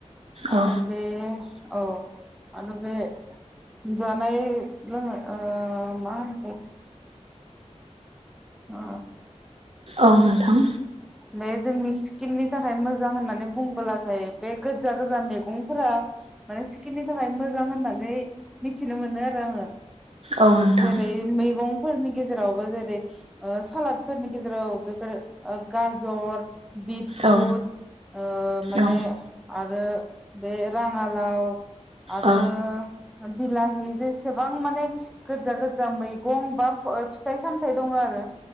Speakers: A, on the right; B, in the centre.
A: औ
B: आरो दे औ आरो बे जा ओमफाय लोङो ओ मा होनो अ
A: औ नोंथां
B: बे जोंनि स्किननि थाखाय मोजां होननानै बुंबोलाथाय बे गोजा गोजा मैगंफोरा माने स्किननि थाखाय मोजां होननानै मिथिनो मोनो आरो आङो
A: औ नोंथां
B: जेरै मैगं फोरनि गेजेरावबो जेरै ओ सालादफोरनि गेजेराव बेफोर गाजर बिटरुट
A: औ
B: ओ माने
A: औ
B: आरो बे राङालाव आरो
A: औ
B: बिलाहि जेसेबां माने गोजा गोजा मैगं बा फिथाइ सामथायाइ दङ आरो